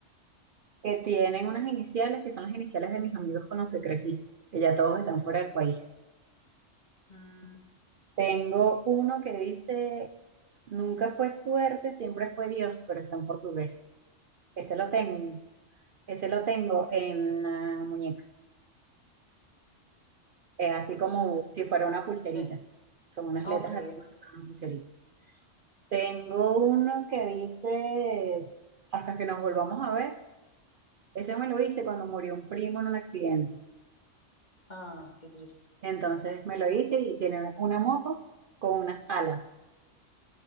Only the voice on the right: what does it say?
que tienen unas iniciales que son las iniciales de mis amigos con los que crecí, que ya todos están fuera del país.
Tengo uno que dice, nunca fue suerte, siempre fue Dios, pero está en portugués. Ese lo tengo, ese lo tengo en la muñeca. Es así como
si fuera una pulserita.
Son unas
letras así como si fuera una pulserita. Tengo uno que dice, hasta que nos volvamos a ver. Ese me lo hice cuando murió un primo en un accidente.
Entonces me lo hice y tiene una moto con unas alas.